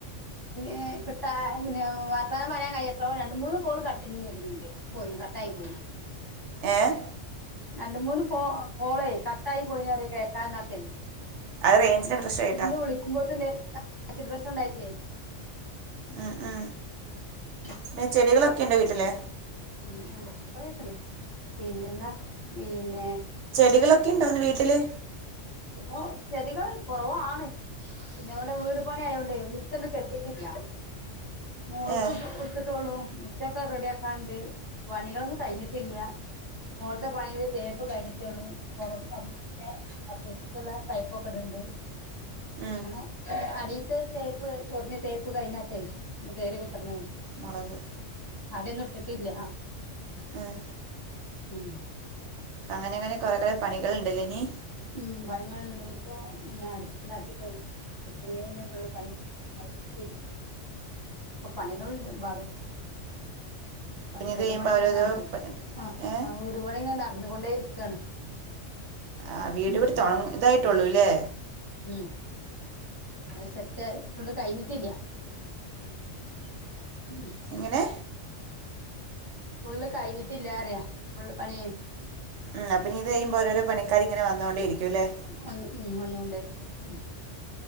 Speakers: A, on the left; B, on the right.
A: ഏഹ്കിട്ടാ പിന്നെ വർത്താനം പറയാൻ കഴിയ എത്രയോ രണ്ട് മൂന്ന് കോൾ കട്ടിങ്ങ് ചെയ്തത്ണ്ട് പോയി കട്ടായി പോയി
B: ഏഹ്
A: രണ്ട് മൂന്ന് ഫോ കോളോ കട്ടായി പോയിഞ്ഞറി കേൾക്കാനത്തെ
B: അത് റേഞ്ചിൻ്റെ പ്രശ്നമായിട്ടാ
A: ഇന്ന് വിളിക്കുമ്പോ തന്നെ അത് നെറ്റ് പ്രശ്നം ണ്ടായിട്ടേ
B: അ ആ
A: ഉം
B: പിന്നെ ചെടികളൊക്കെ ണ്ടോ വീട്ടില്?
A: ഉ ഇപ്പൊ കേക്ണ പിന്നെന്താ പിന്നെ
B: ചെടികളൊക്കെ ഉണ്ടോന്ന് വീട്ടില്?
A: ഓ ചെടികൾ കുറവാണ് പിന്നെ വിടെ വീട് പണി ആയോണ്ട് മിറ്റ ഒന്ന് കെട്ടിട്ടില്ല മോൾക്ക്
B: ഏ
A: ഇട്ടിട്ടോളൂ മിറ്റെക്കെ റെഡിയ ആക്കാണ്ട് പണികളൊന്നും കഴിഞ്ഞിട്ടില്ല. മോള് ത്തെ പണീൽ തേപ്പ് കഴിഞ്ഞിട്ടുള്ളൂ <unintelligible> അപ്പപിന്നെ കക്കൂസ് ക്കുള്ള പൈപ്പക്കെടെണ്ട്
B: ഉം,
A: അങ്ങനെ അടീത്ത് തേപ്പ് കുറഞ്ഞ തേപ്പ് കഴിഞ്ഞാത്തേ ട്ട് കേറി കുത്തർ ന്നേനി
B: മുളക്
A: അടിയോന്നും ഇട്ടിട്ടില്ല
B: ഉം.
A: ഉം
B: അങ്ങനെ ങ്ങനെ കുറെേകൾ പണികൾ ണ്ടല്ലേ ഇനി
A: ഉം പണികൾണ്ട് ഇപ്പൊ ഇങ്ങ അടുപ്പുണ്ടാക്കിട്ടുള്ളു. അടുപ്പില്ലേന്ന ഫുൾപണി <unintelligible> പണികൾ ണ്ട് എമ്പാടും
B: പിന്നെ
A: ആ വീട്
B: ഇത് കഴിയുമ്പോൾ
A: പണിഇങ്ങെനെ
B: ഓരോരോ
A: നടന്ന്
B: പ-
A: ആ
B: ഏ
A: ആ് വീട്പണി ഇങ്ങെ നടന്നുകൊണ്ടേ ഇരിക്കാണ്
B: ആ വീട്
A: ഉം
B: ഇവിടെ തുട ഇതായിട്ടുള്ളൂല്ലേ?
A: ഉം അ സെറ്റ്ായി ഫുള്ള് കഴിഞ്ഞിട്ടില്ല <inaudible>
B: ഇങ്ങനെ
A: ഫുള്ള് കഴിഞ്ഞിട്ടില്ലാറയാ ഫുള്ള് പണിയേ
B: ഉം അപ്പ ഇനീത് കയിമ്പോ ഓരോ പണിക്കാരി ഇങ്ങെ വന്ന് കൊണ്ടേ ഇരിക്കുല്ലേ
A: ഒന്ന് മ് വന്നുകൊണ്ടേയിരിക്കും ഉ